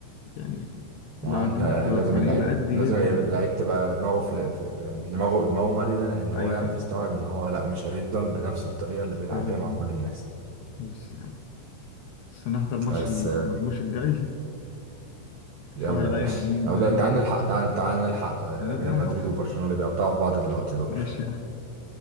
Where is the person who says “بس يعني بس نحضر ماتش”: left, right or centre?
Left